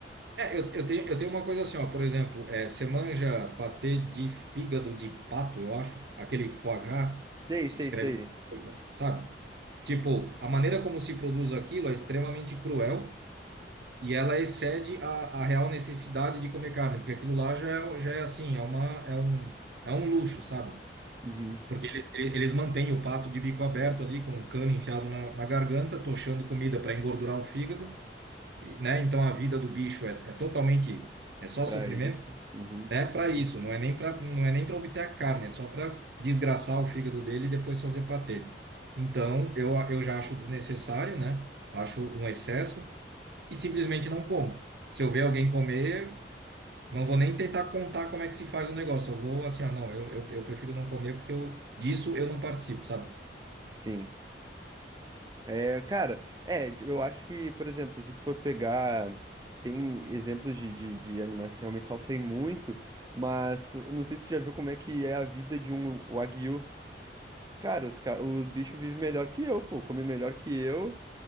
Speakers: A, on the right; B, on the right.
A: É, eu, eu tenho, eu tenho uma coisa assim, ó, por exemplo, é, você manja patê de fígado de pato, eu acho, aquele foie gras,
B: Sei,
A: se
B: sei,
A: escreve,
B: sei.
A: foie gras, sabe? Tipo, a maneira como se produz aquilo é extremamente cruel. e ela excede a, a real necessidade de comer carne, porque aquilo lá já é, já é assim, é uma, é um, é um luxo, sabe?
B: Uhum.
A: Porque eles, ele- eles mantêm o pato de bico aberto ali, com o cano enfiado na, na garganta, tochando comida para engordurar o fígado, e, né? Então a vida do bicho é, é totalmente, é só
B: Pra
A: sofrimento,
B: isso. Uhum.
A: né? Para isso, não é nem para, não é nem para obter a carne, é só para desgraçar o fígado dele e depois fazer patê. Então, eu, eu já acho desnecessário, né? Acho um excesso e simplesmente não como. Se eu ver alguém comer, não vou nem tentar contar como é que se faz o negócio. Eu vou assim, ah, não, eu, eu, eu prefiro não comer porque eu, disso eu não participo, sabe?
B: Sim. É, cara, é, tipo, eu acho que, por exemplo, se tu for pegar, tem exemplos de, de, de animais que realmente sofrem muito, mas tu- não sei se tu já viu como é que é a vida de um Wagyu. Cara, os, ca- os bichos vivem melhor que eu, pô, comem melhor que eu,